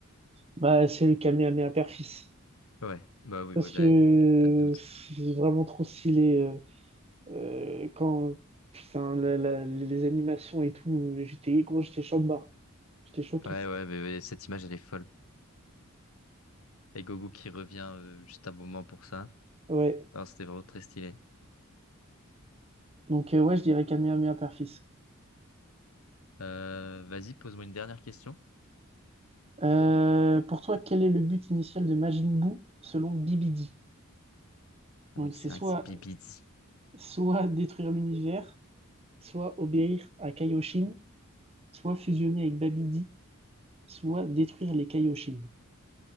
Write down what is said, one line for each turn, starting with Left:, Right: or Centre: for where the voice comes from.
Right: Bah, c'est le Kamehameha Père-Fils.
Left: Ouais, bah oui,
Right: Parce
Left: oui,
Right: que
Left: là, y a pas de doute.
Right: c'est vraiment trop stylé. euh, euh, quand. Putain, la- la- les animations et tout, euh, j'étais gros, j'étais choqué. J'étais choqué.
Left: Ouais, ouais, mais, mais cette image, elle est folle. Et Gogo qui revient euh, juste à bon moment pour ça.
Right: Ouais.
Left: Alors, c'était vraiment très stylé.
Right: Donc, euh, ouais, je dirais Kamehameha Père-Fils.
Left: Euh, vas-y, pose-moi une dernière question.
Right: Euh, pour toi, quel est le but initial de Majin Buu selon Bibidi
Left: Ah
Right: Donc,
Left: oui, c'est
Right: c'est soit,
Left: vrai que c'est Bibidi.
Right: soit détruire l'univers, soit obéir à Kaioshin, soit fusionner avec Babidi, soit détruire les Kaioshin.